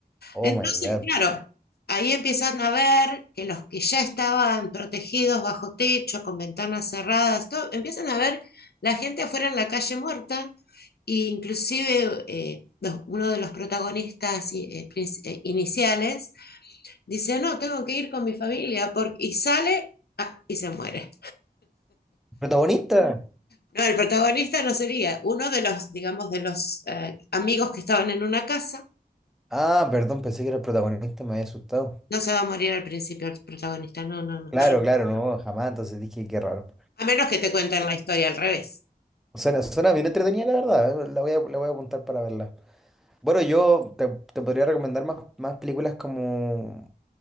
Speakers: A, in the centre; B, on the left.
A: Oh
B: Entonces,
A: my God.
B: claro, ahí empiezan a ver que los que ya estaban protegidos bajo techo, con ventanas cerradas, todo, empiezan a ver la gente afuera en la calle muerta, e inclusive eh, los- uno de los protagonistas i- eh, princ- eh, iniciales dice, no, tengo que ir con mi familia, porque... y sale ah, y se muere.
A: ¿Protagonista?
B: No, el protagonista no sería uno de los, digamos, de los eh, amigos que estaban en una casa.
A: Ah, perdón, pensé que era el protagonista, me había asustado.
B: No se va a morir al principio el protagonista, no, no, no.
A: Claro, claro, no, jamás. Entonces dije, qué raro.
B: A menos que te cuenten la historia al revés.
A: Suena, suena bien entretenida, la verdad. eh, La voy a, la voy a apuntar para verla. Bueno, yo te, te podría recomendar más, más películas como